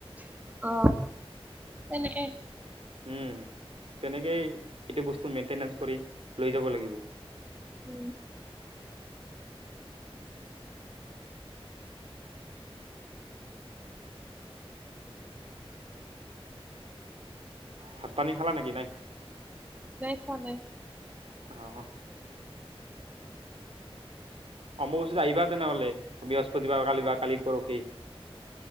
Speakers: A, on the right (about 15°); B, on the right (about 70°).
A: অ তেনেকে
B: উম তেনেকেই এইটো বস্তু মেইনটেনেঞ্চ কৰি লৈ যাব লাগিব
A: উম
B: ভাত পানী খালা নেকি নাই
A: খোৱা নাই
B: অহ অম্বুবাচীত আহিবা তেনেহ'লে বৃহস্পতিবাৰ কালি বা কালি পৰখি